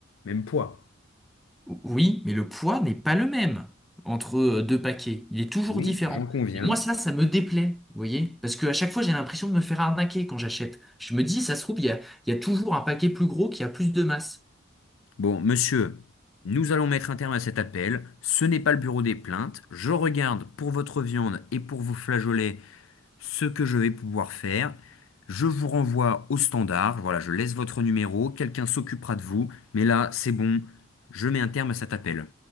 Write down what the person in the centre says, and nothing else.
oui, mais le poids n'est pas le même entre euh, deux paquets. Il est toujours
différent.
Et moi, ça, ça me déplaît, vous voyez? Parce qu'à chaque fois, j'ai l'impression de me faire arnaquer quand j'achète. Je me dis, ça se trouve, il y a, il y a toujours un paquet plus gros qui a plus de masse.